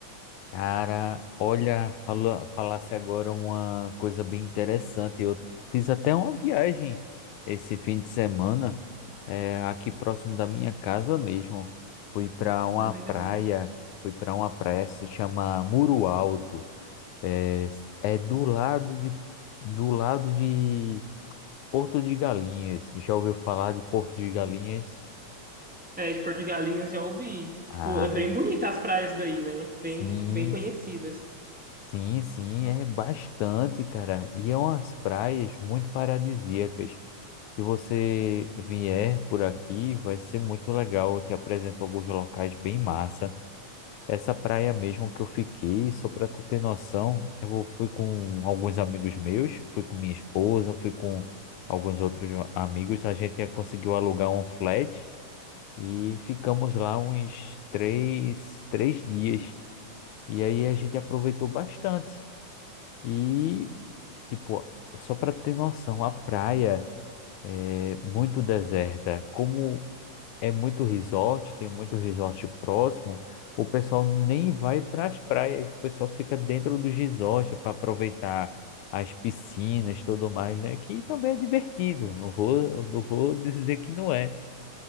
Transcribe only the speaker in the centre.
Ai, legal.
É, de Porto de Galinhas já ouvi.
Tipo, é bem bonita as praias daí, né? Bem,
bem conhecidas.